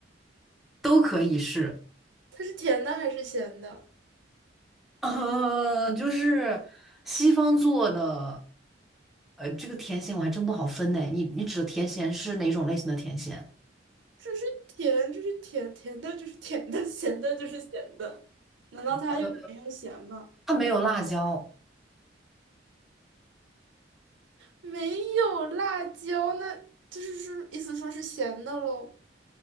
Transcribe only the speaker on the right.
它是甜的还是咸的？
这是甜，这是甜，甜的就是甜的，<laughs> 咸的就是咸的。难道它又甜又咸吗？
没有辣椒，那就是是意思说是咸的喽。